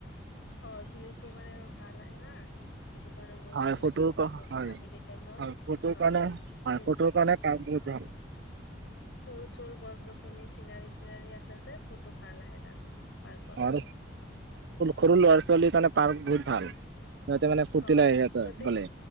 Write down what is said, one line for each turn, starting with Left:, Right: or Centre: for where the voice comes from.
Left: হয় ভিউটো মানে ভাল আহে না। সেইটো কাৰণে গৈ
Right: হয়
Left: ভাল
Right: ফটোৰ
Left: লাগে ফটোটো
Right: হয়
Left: আবেলি টাইমত
Right: হয় ফটোৰ
Left: - হয়
Right: কাৰণে হয়
Left: চিন
Right: ফটোৰ কাৰণে পাৰ্ক বহুত ভাল
Left: ফুল চুল গছ গছনি চিনাৰি টিনাৰি আছে। <inaudible> ফটো ভাল আহে তাত পাৰ্কত
Right: <unintelligible> সৰু ল'ৰা ছোৱালীৰ কাৰণে পাৰ্ক বহুত ভাল। সিহঁতে মানে ফূৰ্তি
Left: হয়
Right: লয় সিহঁতৰ
Left: সিহঁতে
Right: গলে,